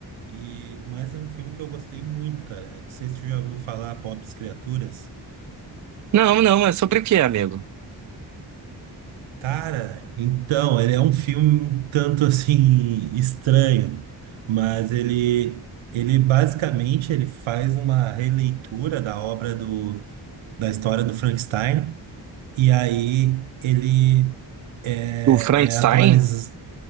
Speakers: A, on the right (about 70°); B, on the right (about 40°).
A: e, mas é um filme que eu gostei muito, cara. Não sei se tu já ouviu falar, Pobres Criaturas.
B: Não, não, é sobre o que, amigo?
A: Cara, então, ele é um filme um tanto assim estranho, mas ele ele basicamente ele faz uma releitura da obra do, da história do Frankenstein e aí ele é,
B: O Frankenstein,
A: é atualiza